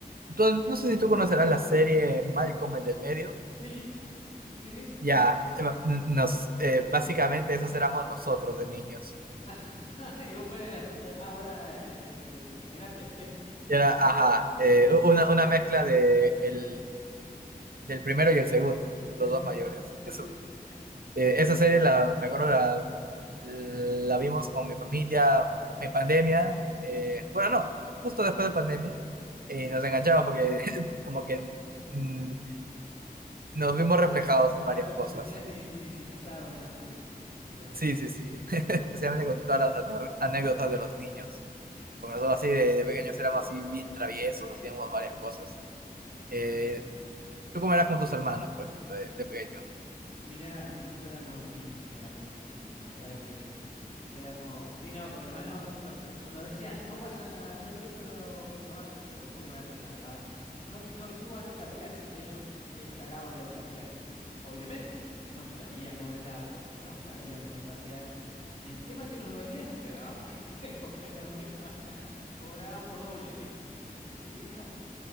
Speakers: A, on the right; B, on the left.
A: tú- no sé si tú conocerás la serie Malcolm, el del medio.
B: Sí, sí, sí.
A: Ya, eh, ba- n- nos, eh, básicamente esos éramos nosotros de niños.
B: <laughs> ¿Y vos cuál eras? Eh, ah, vos eras el, el- el- grande.
A: Era, ajá, eh, u- una, una mezcla de el, del primero y el segundo,
B: <laughs>
A: los dos mayores. Eso
B: Sí, sí.
A: Eh, esa serie, la, me acuerdo, la, la vimos con mi familia en pandemia. eh, bueno, no, justo después de pandemia. Y nos enganchamos porque <laughs> como que mm, nos vimos reflejados en varias
B: Claro, se
A: cosas.
B: sentían
A: <laughs>
B: i- identificados en la serie. Mira,
A: Sí, sí, sí. <laughs> Especialmente con todas las ane- anécdotas de los niños. Porque nosotros así de, de pequeños éramos así bien traviesos, hacíamos varias cosas. Eh,
B: nosotros,
A: ¿tú cómo eras con tus hermanos, por ejemplo, de de pequeño?
B: mira, nosotros éramos unos indios, éramos unos indios. La verdad que Éramos, sí, no, con mi hermano nos, tre- nos decían, no vayan a, no trepen lo- los árboles, los locos iban a trepar los árboles, ya. No, no suban el tapial, ellos escalaban el tapial. Obviamente, nos caíamos del árbol, nos caíamos del tapial, y encima que nos dolía, nos pegaban porque, <laughs> porque habíamos hecho bacana, cobrábamos doble. <laughs> Sí, no.